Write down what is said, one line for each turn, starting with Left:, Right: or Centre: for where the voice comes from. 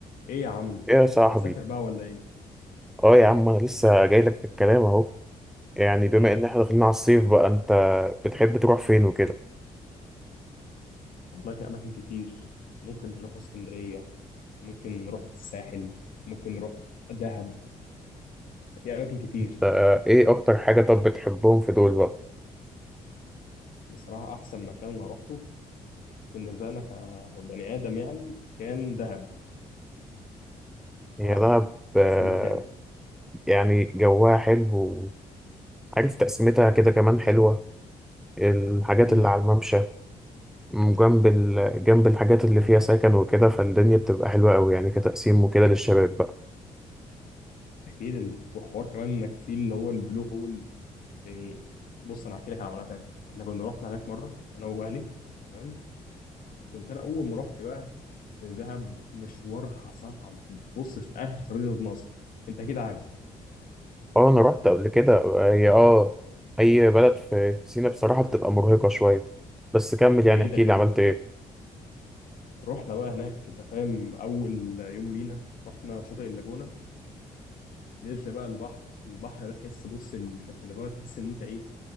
Left: ايه يا عم
Centre: ايه يا صاحبي
Left: مش هنسافر بقى ولا ايه
Centre: اه يا عم انا لسه جاي لك في الكلام اهو يعني بما
Left: ايه
Centre: ان احنا داخلين على الصيف بقى انت بتحب تروح فين وكده
Left: والله في اماكن كتير ممكن نروح اسكندرية ممكن نروح الساحل ممكن نروح دهب في اماكن كتير
Centre: آه، آه، ايه اكتر حاجة طب بتحبهم في دول بقى
Left: بصراحة احسن مكان انا روحته بالنسبة لنا كبني ادم يعني كان دهب بصراحة
Centre: هي دهب آه،
Left: احسن مكان
Centre: يعني جواها حلو وعارف تقسيمتها كده كمان حلوة الحاجات
Left: مم.
Centre: اللي على الممشى م- جنب ال... جنب الحاجات اللي فيها سكن وكده فالدنيا بتبقى حلوة قوي يعني كتقسيم وكده للشباب بقى
Left: اكيد إن- وحوار كمان انك في اللي هو البلو هول يعني بص انا هحكي لك على عملنا هناك احنا كنا رحنا هناك مرة انا واهلي تمام، كنت انا اول ما رحت بقى في دهب مشوارها صعب بص في اهل خريطة مصر انت اكيد عارف
Centre: اه انا رحت قبل كده هي اه اي بلد في في سينا بصراحه بتبقى مرهقه شويه بس كمل
Left: فبعيدة
Centre: يعني احكي
Left: جدا
Centre: لي عملت ايه
Left: رحنا بقى هناك انت فاهم اول يوم لينا رحنا شاطئ اللاجونة نزلت بقى البحر البحر ده تحس بص اللي كان في اللاجونة تحس ان انت ايه